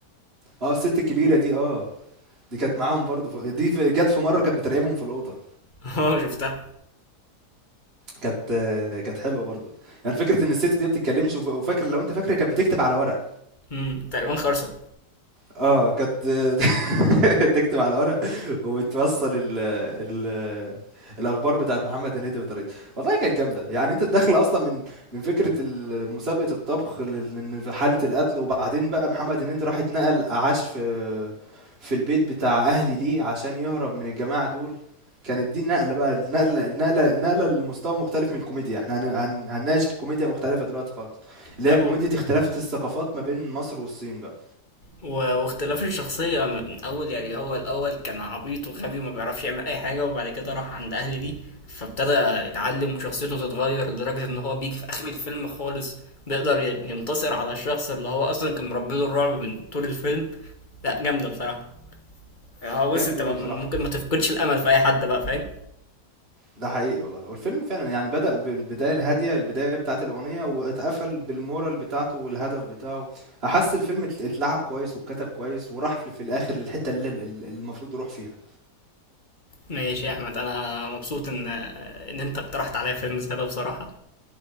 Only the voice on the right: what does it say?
اه الست الكبيره دي اه دي كانت معاهم برضو ف- دي في- جت في مره كانت بتراقبهم في الاوضه
كانت كانت حلوة برضه، يعني فكرة إن الست دي ما بتتكلمش وف وفاكر لو أنت فاكر هي كانت بتكتب على ورق.
آه، كانت <laughs> تكتب على ورق وبتوصّل ال ال الأخبار بتاعة محمد هنيدي بطريقتها. والله كانت جامدة، يعني أنت الداخلة أصلًا من من فكرة ال مسابقة الطبخ لل لل حالة القتل، وبعدين بقى محمد هنيدي راح اتنقل عاش في في البيت بتاع أهل ليه عشان يهرب من الجماعة دول، كانت دي النقلة بقى النقلة النقلة النقلة لمستوى مختلف من الكوميديا، إحنا هن هن هنناقش كوميديا مختلفة دلوقتي خالص، اللي
هي كوميديا
اختلافات الثقافات ما بين مصر والصين بقى،
جامد
أوي
بصراحة.
ده حقيقي والله والفيلم فعلا يعني بدأ بالبداية الهادية البداية بتاعت الأغنية واتقفل بالمورال بتاعته والهدف بتاعه أحس الفيلم ات- اتلعب كويس واتكتب كويس وراح في في الآخر للحتة اللي اللي- اللي المفروض يروح فيها